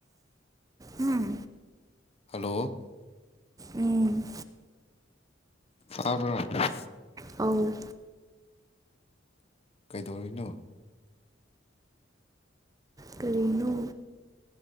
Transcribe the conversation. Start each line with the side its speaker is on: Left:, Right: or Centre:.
Right: ꯎꯝ
Left: ꯍꯜꯂꯣ
Right: ꯎꯝ
Left: ꯇꯥꯕꯔ
Right: ꯑꯧ
Left: ꯀꯩꯗꯧꯔꯤꯅꯣ
Right: ꯀꯔꯤꯅꯣ